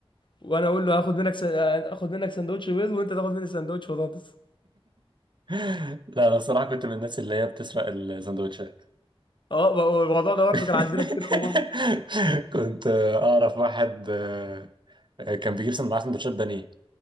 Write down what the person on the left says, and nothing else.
وانا اقول له هاخد منك س... اخد منك سندوتش بيض وانت تاخد مني سندوتش بطاطس
اه الموضوع ده برضه
كان عندنا كتير قوي برضه